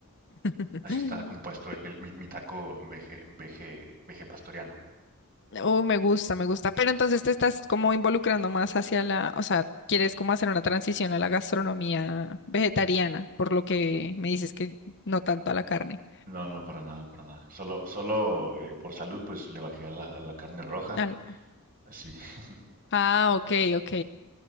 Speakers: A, on the left; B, on the right.
A: <laughs>
B: así está compuesto el, el- mi, mi taco veje, veje, vegepatoriano.
A: Oh, me gusta, me gusta. Pero entonces te estás como involucrando más hacia la, o sea, quieres como hacer una transición a la gastronomía vegetariana, por lo que me dices que no tanto a la carne.
B: No, no, para nada, para nada. Solo, solo eh, por salud, pues le bajé a la, a la carne roja.
A: Al-
B: Así, <laughs>
A: Ah, ok, ok.